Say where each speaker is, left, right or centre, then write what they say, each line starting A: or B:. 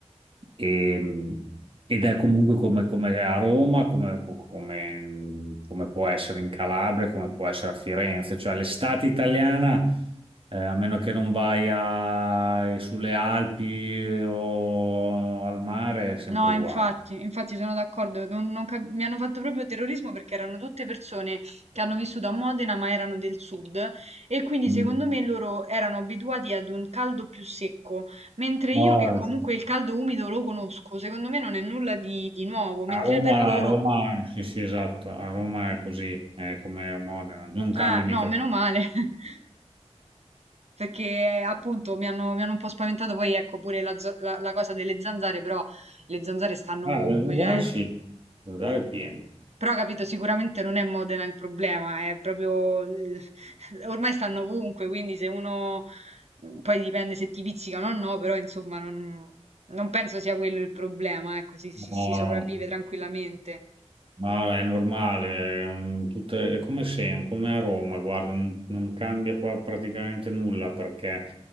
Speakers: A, on the right (about 50°); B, on the right (about 65°).
A: e, ed è comunque come, come a Roma, come, come- come può essere in Calabria, come può essere a Firenze, cioè l'estate italiana, eh, a meno che non vai a- sulle Alpi eh, o al mare, è sempre
B: No,
A: uguale.
B: infatti, infatti sono d'accordo, non- non cap- mi hanno fatto proprio terrorismo perché erano tutte persone che hanno vissuto a Modena ma erano del sud e quindi
A: Mm.
B: secondo me loro erano abituati ad un caldo più secco, mentre
A: No,
B: io che comunque
A: eh.
B: il caldo umido lo conosco, secondo me non è nulla di, di nuovo, mentre
A: A Roma,
B: per loro...
A: a Roma, sì, sì, esatto, a Roma è così, è come a Modena, non cambia
B: Ah,
A: mica.
B: no, meno male, <laughs> perché appunto mi hanno, mi hanno un po' spaventato, poi ecco pure la, zo- la- la cosa delle zanzare, però le zanzare stanno
A: Ah,
B: ovunque,
A: del Lungare
B: cioè
A: sì, del Lungare è pieno.
B: Però capito, sicuramente non è Modena il problema, è proprio... eh, <laughs> ormai stanno ovunque, quindi se uno... mm, poi dipende se ti pizzicano o no, però insomma non, non penso sia quello il problema, ecco, si, si-
A: No,
B: si sopravvive
A: no.
B: tranquillamente.
A: Ma è normale, è, un- tutte- è come se, come a Roma, guarda, non, non cambia qua praticamente nulla perché